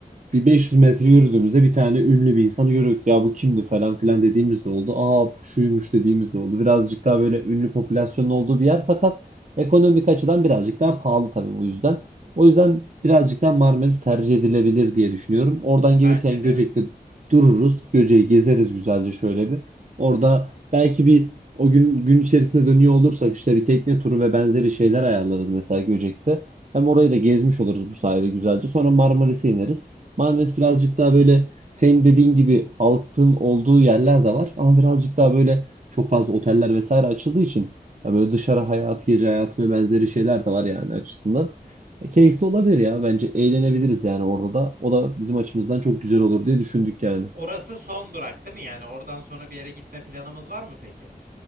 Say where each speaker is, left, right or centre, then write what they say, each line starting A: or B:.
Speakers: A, on the right; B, on the right.
A: bir 500 metre yürüdüğümüzde bir tane ünlü bir insanı görüyorduk. Ya bu kimdi falan filan dediğimiz de oldu. Aa bu şuymuş dediğimiz de oldu. Birazcık daha böyle ünlü popülasyonun olduğu bir yer fakat ekonomik açıdan birazcık daha pahalı tabii o yüzden. O yüzden birazcık daha Marmaris tercih edilebilir diye düşünüyorum. Oradan
B: Bence
A: gelirken
B: de.
A: Göcek'te dururuz. Göce'yi gezeriz güzelce şöyle bir. Orada belki bir o gün gün içerisinde dönüyor olursak işte bir tekne turu ve benzeri şeyler ayarlarız mesela Göcek'te. Hem orayı da gezmiş oluruz bu sayede güzelce. Sonra Marmaris'e ineriz. Marmaris birazcık daha böyle senin dediğin gibi halkın olduğu yerler de var ama birazcık daha böyle çok fazla oteller vesaire açıldığı için ya böyle dışarı hayatı, gece hayatı ve benzeri şeyler de var yani açısından. E, keyifli olabilir ya. Bence eğlenebiliriz yani orada da. O da bizim açımızdan çok güzel olur diye düşündük yani.
B: Orası son durak değil mi? Yani oradan sonra bir yere gitme planımız var mı peki?